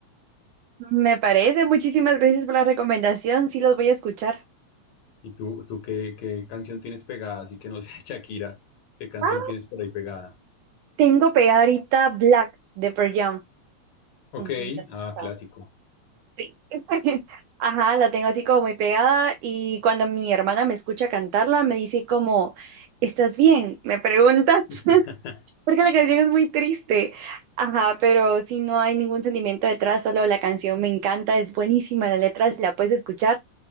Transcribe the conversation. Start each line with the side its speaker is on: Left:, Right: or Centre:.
Right: Me parece. Muchísimas gracias por la recomendación. Sí, los voy a escuchar.
Left: ¿Y tú, tú qué, qué canción tienes pegada? Así que no sé, <laughs> Shakira, ¿qué canción
Right: Ah,
Left: tienes por ahí pegada?
Right: tengo pegada ahorita Black de Pearl Jam.
Left: Ok,
Right: No sé si la has escuchado.
Left: ah, clásico.
Right: Sí. <laughs> Ajá, la tengo así como muy pegada y cuando mi hermana me escucha cantarla me dice como, ¿estás bien? Me pregunta,
Left: <laughs>
Right: <laughs> porque la canción es muy triste. Ajá, pero si no hay ningún sentimiento detrás, solo la canción me encanta, es buenísima, la letra, si la puedes escuchar,